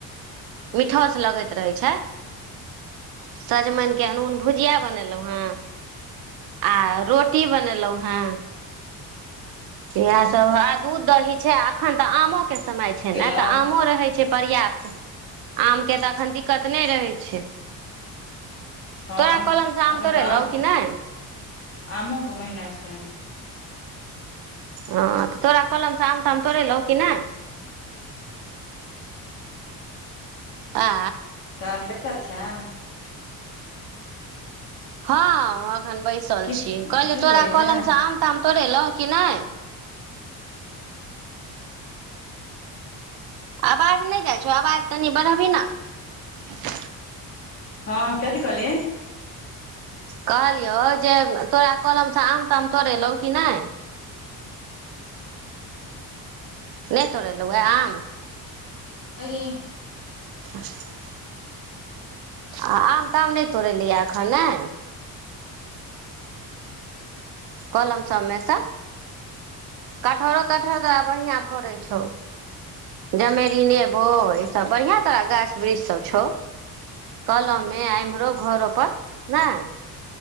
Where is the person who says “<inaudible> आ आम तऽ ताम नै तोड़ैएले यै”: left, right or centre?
Right